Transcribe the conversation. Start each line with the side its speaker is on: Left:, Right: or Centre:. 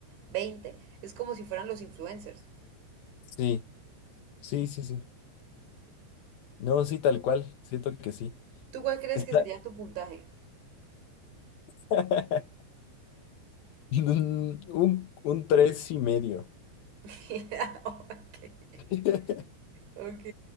Right: 20 es como si fueran los influencers.
Left: Sí, sí, sí, sí. No, sí, tal cual. Siento que sí.
Right: ¿Tú cuál crees
Left: Está
Right: que sería tu puntaje?
Left: <laughs> un, un tres y medio.
Right: <laughs> Ok,
Left: <laughs>
Right: ok.